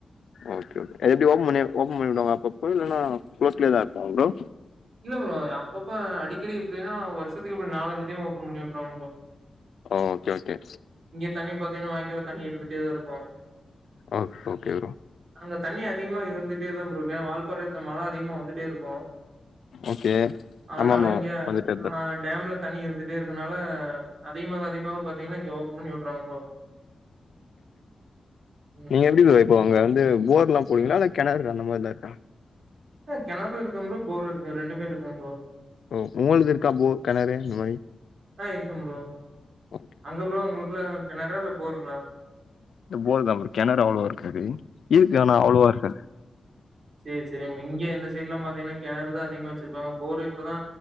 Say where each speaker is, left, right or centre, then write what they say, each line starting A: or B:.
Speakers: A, on the left; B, on the right.
A: ஓகே ஓ எப்டி ஓ ஓபன் பண்ணி விடுவாங்க அப்பப்போ இல்லனா க்ளோஸ்லா இருக்குமா ப்ரோ
B: இல்ல ப்ரோ அப்பப்ப அடிக்கடி எப்படின்னா வருஷத்துக்கு இப்ப நாலஞ்சு டைம் ஓபன் பண்ணி விட்டுருவாங்க ப்ரோ
A: ஓ! Okay, okay.
B: இங்க தண்ணி பாத்தீங்கன்னா வாய்க்கில தண்ணி இருந்துட்டே தா இருக்கு ஆ
A: ஓகே, ஓகே ப்ரோ.
B: அங்க தண்ணி அதிகமா இருந்து ட்டேதா இருக்க வால்பாற மழ அதிகமா வந்துட்டே இருக்கு
A: ஓகே.
B: அதனால
A: ஆமாமா.
B: இங்க
A: வந்துட்டே
B: ஆஹ்
A: தான் இருக்கும்.
B: டேம்ல தண்ணி இருந்துட்டே இருக்கனால அதிகமாக அதிகமாக பாத்தீங்கன்னா இங்க ஓபன் பண்ணி விட்டுறாங்கப்பா ம்
A: நீங்க எப்படி ப்ரோ
B: சரி.
A: இப்பங்க வந்து போர்ல்லா புப்பங்களா கெனரு அந்த மாதிரிதா இருக்க
B: ஆஹ் கெணறுும் இருக்கு ப்ரோ போரும் இருக்கு ரெண்டுமே இருக்கு ப்ரோ
A: ஓ உங்கது இருக்கா போ கெணறு இந்த மாதிரி
B: ஆஹ் இருக்கு ப்ரோ
A: ஓகே
B: அங்க ப்ரோ உங்களுக் <unintelligible> கெணறா இல்ல போறுங்களா
A: இந்த போர் தாம் ப்ரோ கெணறு அவ்வளவா இருக்காது இருக்கு ஆனா அவ்வளோவா இருக்காது
B: சரி சரி இங்க எந்தஸ் சல்லா பாத்தீங்கன்ன கெணறு தா அதிக வச்சிருப்பங்க போர்ரு தா